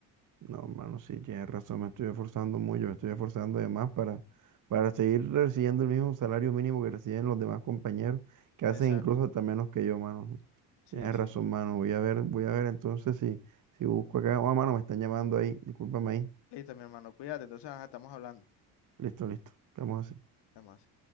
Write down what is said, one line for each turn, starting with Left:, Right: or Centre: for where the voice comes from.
Right: No, hermano, sí, tienes razón, me estoy esforzando mucho, me estoy esforzando de más para, para seguir recibiendo el mismo salario mínimo que reciben los demás compañeros, que hacen
Left: Exacto.
Right: incluso hasta menos que yo, hermano.
Left: Sí,
Right: Tienes
Left: sí.
Right: razón, mano. Voy a ver, voy a ver entonces si, si busco acá. Oh, mano, me están llamando ahí. Discúlpame ahí.
Left: Listo, mi hermano, cuídate. Entonces, ajá, estamos hablando.
Right: Listo, listo. Estamos así.
Left: Además.